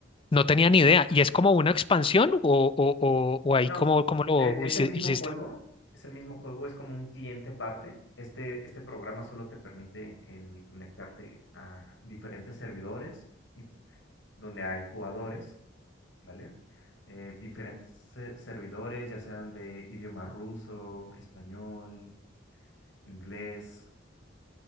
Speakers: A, on the left; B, on the left.
A: no tenía ni idea. ¿Y es como una expansión o, o, o- o ahí
B: No,
A: cómo, cómo lo
B: e- es
A: hici-
B: el mismo
A: hiciste?
B: juego, es el mismo juego, es como un cliente aparte. Este, este programa solo te permite el conectarte a diferentes servidores y donde hay jugadores, ¿vale? Eh, diferentes se- servidores, ya sean de idioma ruso, español, inglés,